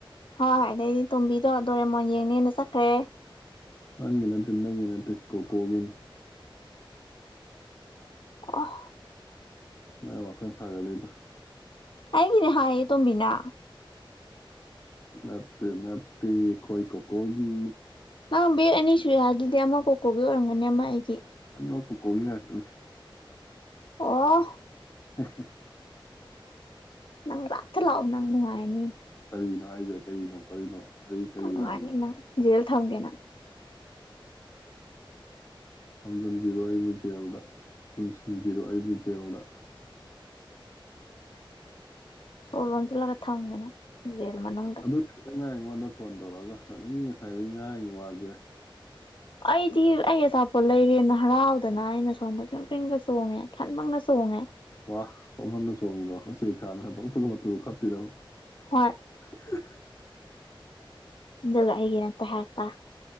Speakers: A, on the left (about 65°); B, on the left (about 35°).
A: ꯍꯣꯏ ꯑꯗꯩꯗꯤ ꯇꯣꯝꯕꯤ ꯑꯗꯣ ꯗꯣꯔꯦꯃꯣꯟ ꯌꯦꯡꯅꯦꯅ ꯆꯠꯈ꯭ꯔꯦ
B: ꯅꯪꯒꯤ ꯅꯠꯇꯦ ꯅꯪꯒꯤ ꯅꯠꯇꯦ ꯀꯣꯀꯣꯒꯤꯅꯤ
A: ꯑꯣ
B: ꯅꯪꯅ ꯋꯥꯈꯟ ꯁꯥꯒꯠ ꯂꯤꯗꯣ
A: ꯑꯩꯒꯤꯅꯦ ꯍꯥꯏꯌꯦ ꯇꯣꯝꯕꯤꯅꯥ
B: ꯅꯠꯇꯦ ꯅꯠꯇꯦ ꯈꯣꯏ ꯀꯣꯀꯣꯒꯤ
A: ꯅꯪ ꯕꯦꯠ ꯑꯅꯤꯁꯨꯏ ꯍꯥꯏꯗꯨꯗꯤ ꯑꯃ ꯀꯣꯛ ꯀꯣꯕꯤ ꯑꯣꯏꯔꯝꯒꯅꯤ ꯑꯃ ꯑꯩꯒꯤ
B: ꯌꯥꯎ ꯀꯣꯀꯣꯒꯤ ꯉꯥꯛꯇꯅꯦ
A: ꯑꯣ
B: <inaudible>
A: ꯅꯪ ꯂꯥꯛꯇ ꯂꯥꯛꯑꯣ ꯅꯪ ꯅꯨꯡꯉꯥꯏꯔꯅꯤ
B: ꯀꯔꯤꯅꯣ ꯍꯥꯏꯖꯦ ꯀꯔꯤꯅꯣ ꯀꯔꯤꯅꯣ ꯑꯩ ꯀꯔꯤ
A: ꯅꯪ ꯅꯨꯡꯉꯥꯏꯅꯤ
B: ꯔꯥꯟꯅꯣ
A: ꯅꯪ ꯖꯦꯜ ꯊꯝꯒꯦ ꯅꯪ
B: ꯊꯝꯖꯤꯟꯕꯤꯔꯣ ꯑꯩꯕꯨ ꯖꯦꯜꯗ ꯄꯨꯟꯁꯤꯟꯕꯤꯔꯣ ꯑꯩꯕꯨ ꯖꯦꯜꯗ
A: ꯁꯣꯂꯣꯟꯁꯤꯜꯂꯒ ꯊꯝꯒꯦ ꯅꯪ ꯔꯦꯜ ꯃꯅꯨꯡꯗ
B: ꯑꯗꯨꯒꯤ ꯅꯪꯅ ꯑꯩꯉꯣꯟꯗ ꯐꯣꯟ ꯇꯧꯔꯛꯑꯒ ꯃꯤ ꯉꯁꯥꯏꯗꯒꯤ ꯉꯔꯥꯡꯒꯤ ꯋꯥꯁꯦ
A: ꯑꯩꯗꯤ ꯑꯩ ꯑꯆꯥꯄꯣꯠ ꯂꯩꯔꯦꯅ ꯍꯔꯥꯎ ꯗꯅ ꯑꯩꯅ ꯁꯣꯟꯗ ꯐ꯭ꯔꯤꯡ ꯐ꯭ꯔꯤꯡꯒ ꯆꯣꯡꯉꯦ ꯐ꯭ꯔꯪ ꯐ꯭ꯔꯪꯒ ꯆꯣꯡꯉꯦ
B: ꯋꯥ ꯐꯟ ꯐꯟꯒ ꯆꯣꯡꯉꯤꯔꯣ ꯎꯆꯦꯛ ꯁꯥꯗꯅ ꯐꯗꯪ ꯐꯗꯪ ꯃꯇꯨꯒ ꯈꯞꯄꯤꯔꯣ
A: ꯍꯣꯏ
B: <inaudible>
A: ꯗꯨꯒ ꯑꯩꯒꯤ ꯅꯠꯇꯦ ꯍꯥꯏꯕ